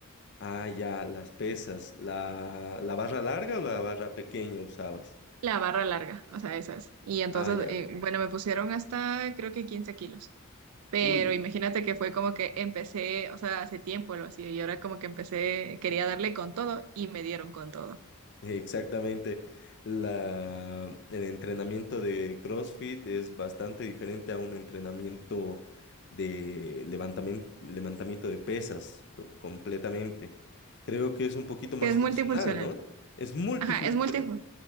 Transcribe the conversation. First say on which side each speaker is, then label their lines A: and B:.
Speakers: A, on the left; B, on the right.
A: Ah, ya, las pesas. ¿La, la barra larga o la barra pequeña usabas?
B: La barra larga, o sea, esa es. Y entonces,
A: Ah, ya.
B: eh, bueno, me pusieron hasta creo que 15 kilos. Pero
A: Uy,
B: imagínate que fue como que empecé, o sea, hace tiempo lo hacía y ahora como que empecé, quería darle con todo y me dieron con todo.
A: Exactamente. La, el entrenamiento de CrossFit es bastante diferente a un entrenamiento de levantamiento, levantamiento de pesas to- completamente. Creo que es un poquito más
B: Que es
A: funcional,
B: multifuncional.
A: ¿no? Es multifuncional.
B: Ajá, es multi,